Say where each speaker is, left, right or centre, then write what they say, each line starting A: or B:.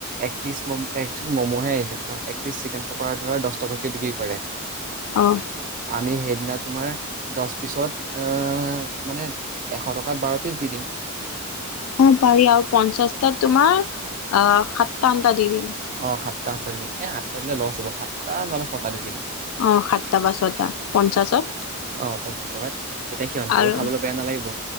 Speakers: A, on the right; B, on the left.
A: এক পিচ মম এক ম'ম'হে আহিছে তম এক বিশিছ চিকেন পকৰ ধৰা দহ টকা। <unintelligible> কৰে
B: অ
A: আমি সেইদিনা তোমাৰ দহ পিছত এ মানে এশ টকাত বাৰ পিছ দি দিম
B: অ পাৰি আৰু পঞ্চাশটাত তোমাৰ অ সাতটা। টা দিম।
A: অ', সাতটা সাতটা দিম এই আঠটা দিলে লছ হ'ব সাতটা নহলে ছটা দি দিম।
B: অ সাতটা বা ছয়টা পঞ্চাশত
A: অ', পঞ্চাশ টকাত তেতিয়া সিহঁতৰো
B: আৰু
A: খাবলৈ বেয়া নালাগিব।